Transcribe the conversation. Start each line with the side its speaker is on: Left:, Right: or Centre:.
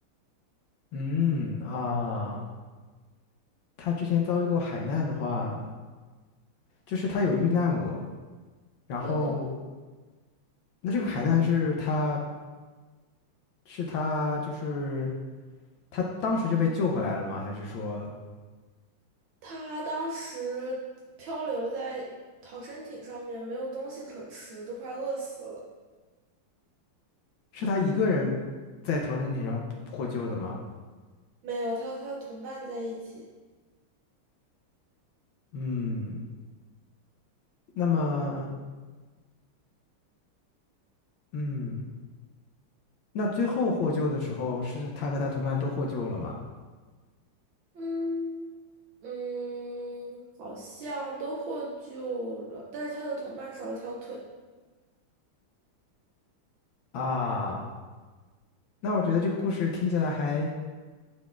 Left: 嗯啊，他之前遭遇过海难的话，就是他有遇难过，然后
Right: 对的，
Left: 那这个海难是他是他就是他当时就被救回来了吗？还是说
Right: 他当时漂流在逃生艇上面，没有东西可吃，都快饿死了。
Left: 是他一个人在逃生艇上获救的吗？
Right: 没有，他和他的同伴在一起。
Left: 嗯，那么嗯，那最后获救的时候是他和他同伴都获救了吗？
Right: 嗯，嗯，好像都获救了，但是他的同伴少了条腿。
Left: 啊，那我觉得这个故事听起来还。